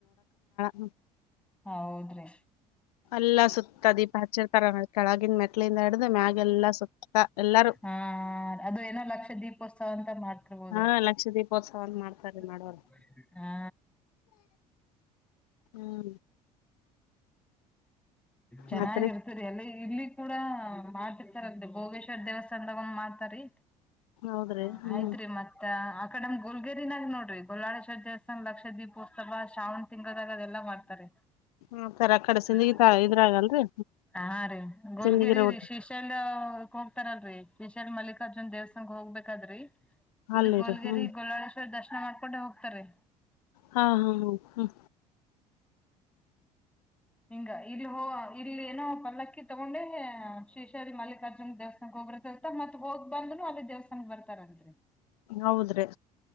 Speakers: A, on the left; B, in the centre.
A: ಹ್ಮ್
B: ಹೌದ್ರಿ
A: ಎಲ್ಲಾ ಸುತ್ತ ದೀಪ ಹಚ್ಚಿರ್ತಾರ ಕೆಳಗಿನ್ ಮೆಟ್ಳಿಂದ ಹಿಡ್ದ್ ಮ್ಯಾಗೆ ಎಲ್ಲಾ ಸುತ್ತ ಎಲ್ಲಾರು
B: ಹಾ ಹ ಅದು ಏನೋ ಲಕ್ಷ ದೀಪೋತ್ಸವ ಅಂತ ಮಾಡ್ ಡ್ಬೋದ್ರಿ
A: ಹಾ ಲಕ್ಷ ದೀಪೋತ್ಸವ ಅಂತ ಮಾಡ್ತಾರ್ರಿ
B: <inaudible>
A: ಮಾಡೋರು
B: ಹಾ
A: ಹ್ಮ್ <inaudible>
B: ಚೆನ್ನಾಗಿರ್ತರಿ
A: ಮತ್ರಿ
B: ಅಲ್ಲಿ ಇಲ್ಲಿ ಕೂಡ ಮಾಡ್ತಿರ್ತಾರ ಭೋಗೇಶ್ವರ್ ದೇವಸ್ಥಾನನ್ದಾಗ ಒಂದ್ ಮಾಡ್ತಾರಿ
A: ಹೌದ್ರಿ
B: ಹ
A: ಹ್ಮ್
B: ಆಯ್ತ್ರಿ ಮತ್ತ ಅಕಡೆ ನಮ್ ಗೋಲ್ಗೇರಿಯಾಗ ನೋಡ್ರಿ ಗೋಲ್ಲಾಳೇಶ್ವರ ದೇವಸ್ಥಾನನ್ ಲಕ್ಷ ದೀಪೋತ್ಸವ ಶ್ರಾವಣ ತಿಂಗಳದಾಗ ಅದೆಲ್ಲ ಮಾಡ್ತಾರೆ
A: ಮಾಡ್ತಾರ ಆಕಡೆ ಸಿಂದಗಿ
B: <inaudible>
A: ತಾ ಇದ್ರಾಗಲ್ರಿ
B: ಹಾ ರೀ ಗೋಲ್ಗಿರಿ
A: ಸಿಂದಗಿ ರೋಡ್
B: ರೀ ಶ್ರೀಶೈಲ್ ಹೋಗ್ತಾರೆ ರಿ ವಿಶಾಲ್ ಮಲ್ಲಿಕಾರ್ಜುನ್ ದೇವಸ್ಥಾನ್ ಹೋಗ್ಬೇಕಾದ್ರೀ ಇದು
A: ಅಲ್ಲಿ
B: ಗೋಲ್ಗರಿ
A: ರೀ ಹ್ಮ್
B: ಗೋಲ್ಲಳೇಶ್ವರ್ ದರ್ಶ್ ಮಾಡ್ಕೊಂಡೆ ಹೋಗ್ತಾರೆ
A: ಹಾ ಹಾ ಹ ಹ್ಮ
B: ನಿಂಗ ಇಲ್ಲಿ ಹೋ ಇಲ್ಲಿ ಏನೋ ಪಲ್ಲಕ್ಕಿ ತಗೊಂಡೆ ಶೇಷರಿ ಮಲ್ಲಿಕಾರ್ಜುನ ದೇವಸ್ಥಾನಕ್ಕೆ ಹೋಗ್ ಬರಕಾಗತ್ ಮತ್ ಹೋಗ್ ಬಂದ್ನು ಅಲ್ಲಿ ದೇವಸ್ಥಾನಕ್ಕೆ ಬರ್ತಾರ್ ಅಂತ್ರಿ
A: ಹೌದ್ರೀ